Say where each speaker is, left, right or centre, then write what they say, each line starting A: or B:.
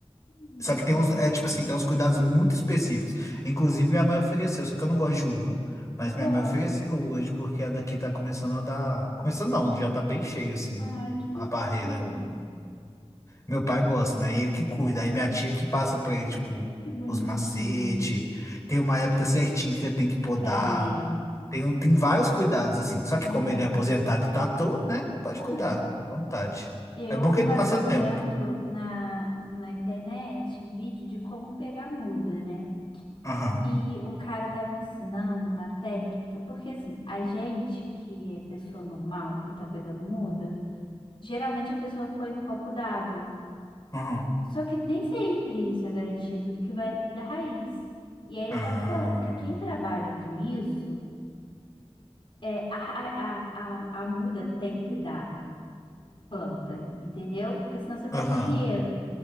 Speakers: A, on the left (about 50°); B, on the left (about 30°).
A: Nossa,
B: Só que tem uns, é tipo assim, tem uns cuidados muito específicos. Inclusive minha mãe ofereceu, só que eu não gosto de uva. Mas
A: eu
B: minha
A: gosto.
B: mãe ofereceu hoje, porque a daqui tá começando a dar. Começando não, já tá bem cheio assim,
A: Ai,
B: o-
A: que legal.
B: a barreira. Meu pai gosta, né? E ele que cuida. Aí minha tia que passa pra ele, tipo,
A: Que bonitinho.
B: os macetes, Tem uma época certinha que você tem que podar.
A: Tem.
B: Tem, um- tem vários cuidados, assim. Só que
A: Aham.
B: como ele é aposentado e tá à toa, né? Pode cuidar,
A: É.
B: à vontade.
A: Eu
B: É bom que
A: tava
B: ele passa tempo.
A: vendo na, na internet vídeo de como pegar muda, né?
B: Aham,
A: E o cara estava ensinando uma técnica, porque assim, a gente que é pessoa normal e tá pegando muda, geralmente a pessoa põe no copo d'água.
B: aham,
A: Só que nem sempre isso é garantido do que vai da raiz. E aí ele
B: ah,
A: estava falando que quem trabalha com isso, é, a, ra- a, a, a muda tem que dar planta, entendeu? Porque senão você perde
B: aham,
A: dinheiro.